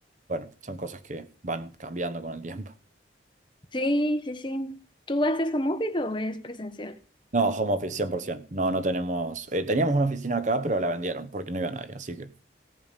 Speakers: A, on the right; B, on the left.
A: bueno, son cosas que van cambiando con el tiempo.
B: Sí, sí, sí. ¿Tú haces home office o es presencial?
A: No, home office 100%. No, no tenemos. eh, teníamos una oficina acá, pero la vendieron porque no iba nadie, así que